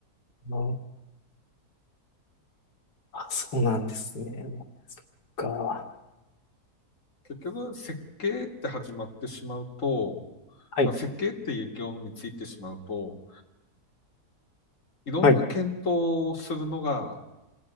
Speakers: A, on the left; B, on the left.
A: ああ、そうなんですね。なんか。
B: 結局、設計って始まってしまうと、
A: はい、
B: まあ設計っていう業務についてしまうと、いろんな検討をするのが、
A: はい、